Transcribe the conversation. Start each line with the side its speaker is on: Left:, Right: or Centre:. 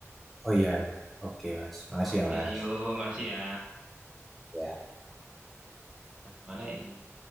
Centre: Oh iya, iya. Oke, Mas. Makasih
Right: Oke,
Centre: ya, Mas.
Right: yuk. Makasih ya.
Centre: Ya.
Right: Mana ini ya?